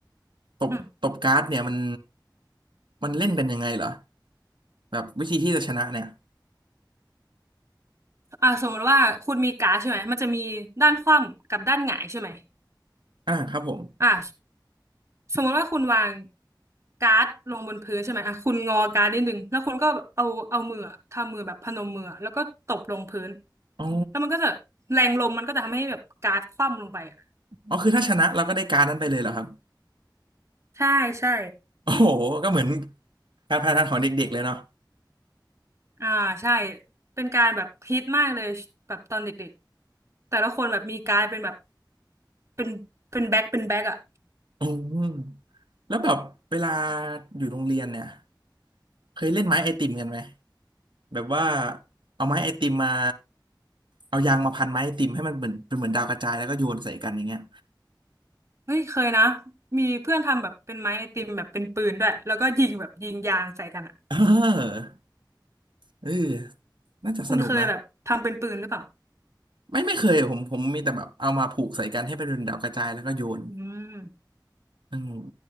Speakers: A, on the right; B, on the right.
A: ตบตบการ์ดเนี่ยมัน
B: อืม
A: มันเล่นกันยังไงเหรอแบบวิธีที่จะชนะเนี่ย
B: อ่าสมมติว่าคุณมีการ์ดใช่ไหมมันจะมีด้านคว่ำกับด้านหงายใช่ไหม
A: อ่าครับผม
B: อ่า สมมติว่าคุณวางการ์ดลงบนพื้นใช่ไหมอ่ะคุณงอการ์ดนิดนึงแล้วคุณก็เอาเอามืออะทำมือแบบพนมมืออะแล้วก็ตบลงพื้น
A: อ๋อ
B: แล้วมันก็จะแรงลมมันก็จะทำให้แบบการ์ดคว่ำลงไปอ่ะ
A: อ๋อคือถ้าชนะเราก็ได้การ์ดนั้นไปเลยเหรอครับ
B: ใช่ใช่
A: โอ้โหก็เหมือนการพนันของเด็กๆเลยเนาะ
B: อ่าใช่เป็นการแบบฮิตมากเลยแบบตอนเด็กๆแต่ละคนแบบมีการ์ดเป็นแบบเป็นเป็นแบ็คเป็นแบ็คอ่ะ
A: อืมแล้วแบบเวลาอยู่โรงเรียนเนี่ยเคยเล่นไม้ไอติมกันไหมแบบว่าเอาไม้ไอติมมาเอายางมาพันไม้ไอติมให้มันเหมือนเป็นเหมือนดาวกระจายแล้วก็โยนใส่กันอย่างเงี้ย
B: เฮ้ยเคยนะมีเพื่อนทำแบบเป็นไม้ไอติมแบบเป็นปืนด้วยแล้วก็ยิงแบบยิงยางใส่กันอ่ะ
A: เออเออน่าจะสนุกนะ
B: คุณเคยแบบทำเป็นปืนหรือเปล่า
A: ไม่ไม่เคยผมผมมีแต่แบบเอามาผูกใส่กันให้เป็นดาวกระจายแล้วก็โยน
B: อืม
A: อืม